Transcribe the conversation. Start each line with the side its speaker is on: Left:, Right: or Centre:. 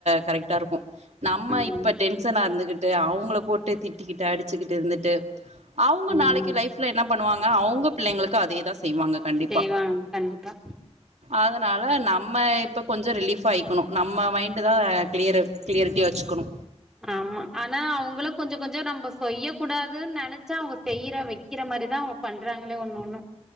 Right: கரெக்டா இருக்கு நம்ம
Centre: ம்
Right: இப்ப டென்ஷனா இருந்துகிட்டு அவங்கள போட்டு திட்டிக்கிட்டு அடிச்சுக்கிட்டு இருந்துட்டு அவுங்க
Centre: ம்
Right: நாளைக்கு லைஃப்ல என்ன பண்ணுவாங்க அவுங்க பிள்ளைங்களுக்கு அதே தா செய்வாங்க கண்டிப்பா.
Centre: செய்வான் கண்டிப்பா
Right: அதனால நம்ம இப்ப கொஞ்சோ ரிலீஃபா ஆயிக்கணு நம்ம மைண்டு தா கிளியரு கிளியர்ட்டி வச்சுக்கணு
Centre: ஆமா ஆனா அவங்களுக்கு கொஞ்சோ கொஞ்சோ நம்ம செய்ய கூடாதுன்னு நெனச்சா அவ்ங்க செய்யற வக்கிற மாறிதான் பண்றாங்களே ஒண்ணு ஒண்ணு